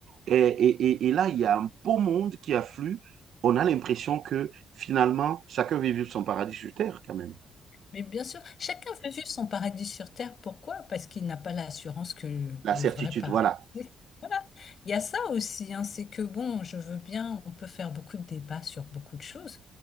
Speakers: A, on the right; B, on the left.
A: Et, et, et- et là, il y a un beau monde qui afflue. On a l'impression que finalement, chacun veut vivre son paradis sur terre quand même.
B: Mais bien sûr, chacun veut vivre son paradis sur Terre. Pourquoi? Parce qu'il n'a pas l'assurance que
A: La
B: le
A: certitude,
B: vrai paradis
A: voilà.
B: existe. Voilà. Il y a ça aussi, hein, c'est que bon, je veux bien, on peut faire beaucoup de débats sur beaucoup de choses,